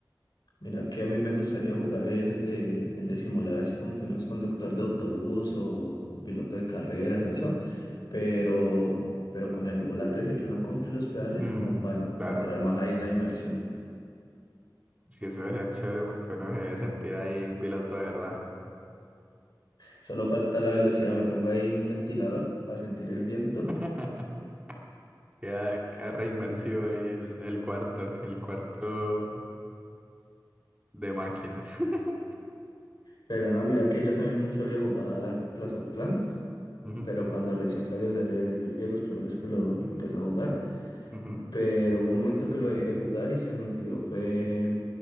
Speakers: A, on the left; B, on the right.
A: Mira, que a mí me gustaría jugar es el de, el de simular así como que no es conductor de autobús o, o piloto de carreras o eso, pero, pero con el volante ese que uno compra y los pedales
B: Mm,
A: como para
B: claro,
A: entrar más ahí en la inmersión.
B: sí, eso debe ser chévere porque uno se debe sentir ahí piloto de verdad.
A: Solo falta la velocidad, me pongo ahí un ventilador para sentir el viento,
B: <laughs> Queda, queda re inmersivo ahí el, el cuarto, el cuarto de máquinas. <laughs>
A: pero no, mira que yo también solía jugar Clash of Clans,
B: Ujú,
A: pero cuando recién salió, o sea, yo, yo fui de los primeros que lo, lo empezó a jugar,
B: ujú.
A: pero hubo un momento que lo dejé de jugar y se me olvidó, fue